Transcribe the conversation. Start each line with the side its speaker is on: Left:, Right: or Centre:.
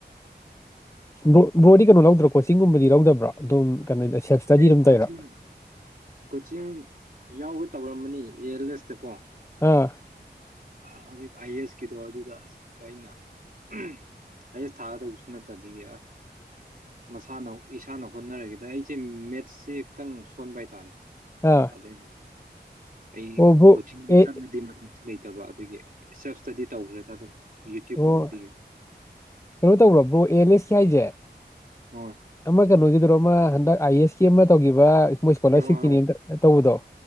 Left: ꯣ ꯭ꯔꯣꯔꯤ ꯀꯩꯅꯣ ꯂꯧ ꯑꯗꯨ꯭ꯔ ꯀꯣꯆꯤꯡꯒꯨꯝꯕꯗꯤ ꯌꯥ ꯂꯧꯗꯕ꯭ꯔꯥ ꯑꯗꯨꯝ ꯀꯩꯅꯣ ꯁꯦꯜꯞ ꯏꯁꯇꯗꯤ
Right: ꯑꯩ
Left: ꯑꯗꯨꯝ
Right: ꯀꯣꯆꯤꯡ
Left: ꯇꯧꯔꯤꯔꯣ
Right: ꯀꯣꯆꯤꯡ ꯌꯥꯎꯒ ꯇꯧꯔꯝꯕꯅꯤ ꯑꯦꯌꯔꯂꯦꯁꯇ ꯀꯣ
Left: ꯑꯥ
Right: ꯍꯧꯖꯤꯛ ꯑꯥꯏ ꯑꯦꯁꯀꯤꯗꯣ ꯑꯗꯨꯗ ꯑꯁ ꯑꯩꯅ ꯑꯥꯏ ꯑꯦꯁ ꯊꯥꯒꯗꯧꯕꯁꯨ ꯅꯠꯇꯕꯤꯒ ꯑꯁ ꯃꯁꯥꯅ ꯏꯁꯥꯅ ꯍꯣꯠꯅꯔꯒꯦꯗ ꯑꯩ ꯁꯤ ꯃꯦꯠꯁꯁꯤ ꯈꯤꯇꯪ ꯁꯣꯟꯕ ꯍꯥꯏꯇꯥꯔꯦ
Left: ꯑꯥ
Right: ꯑꯗ ꯑꯩ
Left: ꯑꯣ ꯕ꯭ꯔꯣ
Right: ꯀꯣꯆꯤꯡꯗꯨ
Left: ꯑꯦ
Right: ꯆꯥꯟ ꯅꯗꯤ ꯂꯩ ꯇꯕ ꯑꯗꯨꯒꯤ ꯁꯦꯜꯞ ꯏꯁꯇꯗꯤ ꯇꯧꯈ꯭ꯔꯦꯗ ꯑꯗꯨꯝ ꯌꯨꯇ꯭ꯌꯨꯕꯀꯨꯝꯕꯗꯒꯤ
Left: ꯑꯣ ꯀꯩꯅꯣ ꯇꯧꯔꯕ꯭ꯔꯣ ꯑꯦꯂꯤꯁ ꯀꯏꯖꯦ
Right: ꯍꯣꯏ
Left: ꯑꯃ ꯀꯩꯅꯣꯒꯗꯔꯣ ꯑꯃ ꯍꯟꯗꯛ ꯑꯥꯏ ꯑꯦꯁ ꯀꯤ ꯑꯃ ꯇꯧꯈꯤꯕ ꯃꯣꯏ ꯏꯁꯀꯣꯂꯥꯔꯁꯤꯞꯀꯤꯅꯦꯅ
Right: ꯍꯣꯏ ꯍꯣꯏ ꯍꯣꯏ
Left: ꯇꯧꯕꯗꯣ